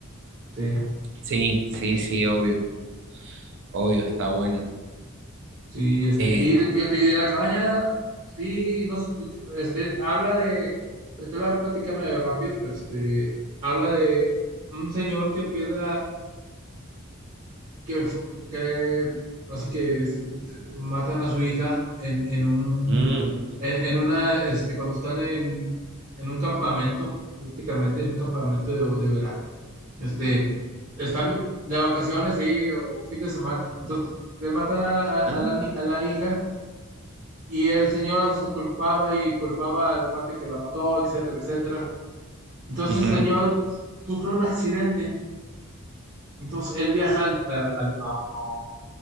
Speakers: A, on the right; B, on the right.
A: Sí.
B: Sí, sí, sí, obvio, obvio, está bueno.
A: Sí, este,
B: Eh,
A: y fíjate, y de la cabaña, sí, no sé, este, habla de, te la platicame rápido, este, habla de un señor que pierde, que, fu- que así que s- s- matan a su hija en, en un
B: Mm,
A: en, en una este cuando están en, en un campamento, prácticamente en un campamento de, de verano. Este están de vacaciones ahí o un fin de semana, entonces le matan a la,
B: ajá,
A: a la, ni- a la hija y el señor se culpaba y culpaba al cuate que la mató, etcétera, etcétera. Entonces
B: ujú,
A: el señor sufre un accidente. Entonces él viaja al- a, a-